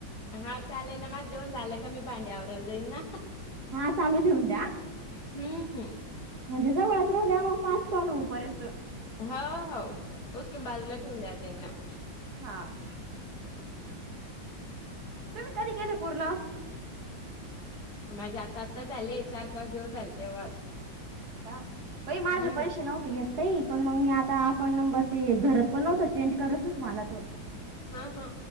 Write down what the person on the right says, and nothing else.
हा चालू ठेवून द्या
म्हणजे जवळ द्या मग पाच कॉल होऊ पर्यंत
हा
तुम्ही कधी केेले पूर्ण
का बाई माझे
पैसे नव्हती घेत ते पण मग मी आता अकाउंट नंबर ते धरत पण नव्हत चेंज करत होत मला त